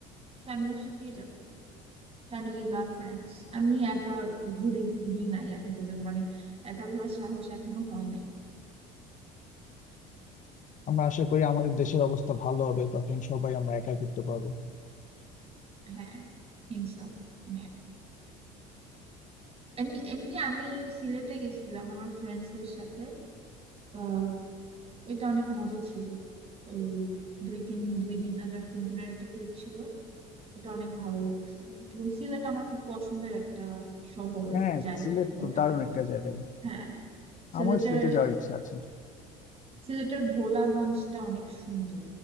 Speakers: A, on the right; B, on the left.
A: ফ্যামিলির সাথেই যাবো ফ্যামিলি বা ফ্রেন্ডস আমি একা ঘুরি ঘুরি নাই এখন পর্যন্ত মানে একা ঘোরার সাহস এখনো হয় নাই
B: আমরা আশা করি আমাদের দেশের অবস্থা ভালো হবে তখন সবাই আমরা একা ঘুরতে পারবো
A: হ্যাঁ ইনশাল্লাহ এমনি এমনি আমি সিলেটে গেছিলাম আমার ফ্রেন্ডসদের সাথে আহ, ওইটা অনেক মজা ছিল ওই দুই তিন দুই দিন না যেন তিন দিনের একটা ট্যুর ছিল ওটা অনেক ভালো লাগছিল এবং সিলেট আমার খুব পছন্দের একটা শহরের
B: হ্যাঁ
A: জায়গা
B: সিলেট
A: বলা
B: তো দারুণ
A: যায়
B: একটা জায়গা
A: হ্যাঁ সিলেটের
B: আমার সিলেটে যাওয়ার ইচ্ছা আছে
A: সিলেটের ভোলাগঞ্জটা অনেক সুন্দর